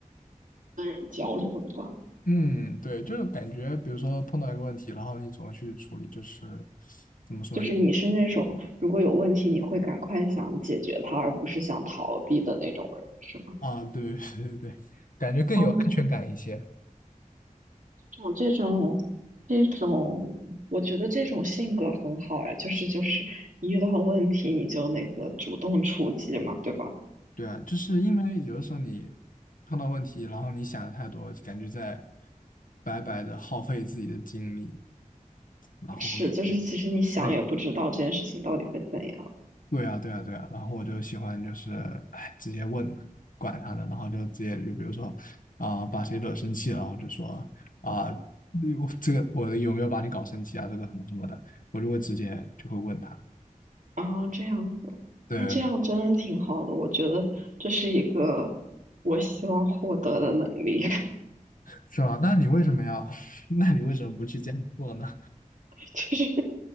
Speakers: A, on the right; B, on the left.
A: 跟人交流的吧。
B: 嗯，对，就是感觉比如说碰到一个问题，然后你怎么去处理，就是怎么说又
A: 就是你是那种如果有问题，你会赶快想解决它，而不是想逃避的那种人，是吗？
B: 啊，对 <laughs> 对对，感觉更有安全感一些。
A: 哇，种这种这种，我觉得这种性格很好呀，就是就是一遇到问题你就那个主动出击嘛，对吧？
B: 对啊，就是因为有的时候你碰到问题，然后你想的太多，感觉在白白的耗费自己的精力，然后去
A: 是，就是其实你想也不知道这件事情到底会怎样
B: 累。对啊，对啊，对啊。然后我就喜欢就是，哎，直接问了，管他呢，然后就直接就比如说啊、把谁惹生气了，然后就说啊、那我这个我有没有把你搞生气啊？这个什么什么的，我就会直接就会问他。
A: 啊，这样子，
B: 对对对
A: 那这样真的挺好的，我觉得这是一个我希望获得的能力。
B: 是吧？那你为什么要？<laughs> 那你为什么不去这样做呢？
A: <laughs> 就是